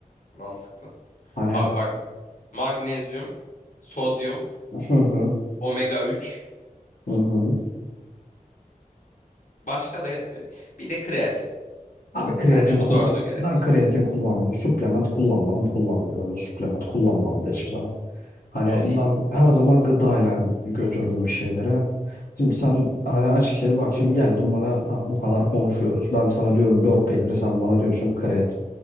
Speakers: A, on the left (about 60°); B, on the left (about 80°).
A: Mantıklı.
B: Hani
A: Abi bak magnezyum, sodyum,
B: hı hı
A: omega 3.
B: hı hı.
A: Başka da bir de kreatin.
B: Abi kreatin
A: Bence
B: kullan.
A: bu dördü gerekli.
B: Ben kreatin kullanmadım. Suplement kullanmadım. Kullanmıyorum da suplement kullanmam da hiçbir zaman. Hani
A: Abi
B: ben her zaman gıdayla götürdüm bir şeylere. Şimdi sen hani açıkçası bak şimdi geldin bana tamam bu kadar konuşuyoruz. Ben sana diyorum lor peyniri sen bana diyorsun kreatin.